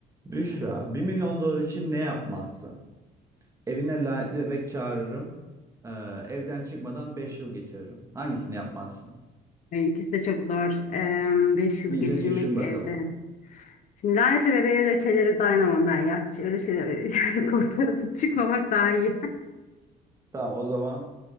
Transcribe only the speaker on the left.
Ay, İkisi de çok zor. Em, beş yılı
geçirmek
evde.
Şimdi lanetli bebeğe öyle şeylere dayanamam ben ya. Hiç öyle şeylere <laughs> yani korkarım. Çıkmamak daha iyi.